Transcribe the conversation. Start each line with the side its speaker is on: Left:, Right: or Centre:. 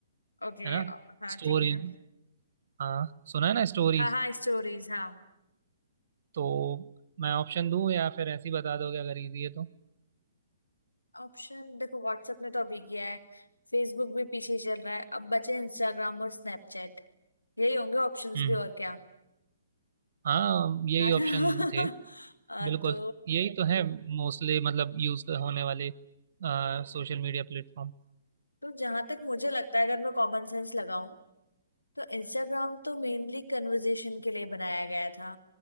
Left: ओके
Right: है ना
Left: हाँ
Right: स्टोरी
Left: ठीक है
Right: हाँ सुना है ना स्टोरीज
Left: हाँ हाँ स्टोरीज हाँ
Right: तो मैं ऑप्शन दूं या फिर ऐसे ही बता दोगे अगर इजी है तो
Left: ऑप्शन देखो व्हाट्सएप ने तो अभी किया है फेसबुक भी पीछे ही चल रहा है अब बचे इंस्टाग्राम और स्नैपचैट यही होंगे ऑप्शंस
Right: हम्म
Left: भी और क्या
Right: हाँ यही
Left: है
Right: ऑप्शन
Left: ना
Right: थे
Left: <laughs> आ,
Right: बिल्कुल
Left: तो
Right: यही तो है मोस्टली मतलब यूज होने वाले सोशल मीडिया प्लेटफॉर्म
Left: तो जहां तक मुझे लगता है अगर मैं कॉमन सेंस लगाऊं तो इंस्टाग्राम तो मेनली कन्वर्जेशन के लिए बनाया गया था